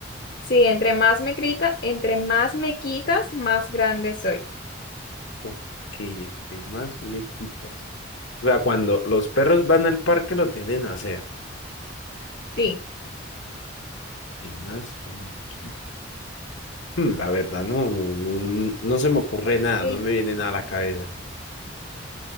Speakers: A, on the left (about 45°); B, on the left (about 70°).
A: Sí, entre más me grita, entre más me quitas, más grande soy.
B: Ok, ¿qué más me quitas? O sea, cuando los perros van al parque lo tienden a hacer.
A: Sí.
B: ¿Qué más me quitas? Mm, La verdad, no, no, no, no se me ocurre nada,
A: Sí.
B: no me viene nada a la cabeza.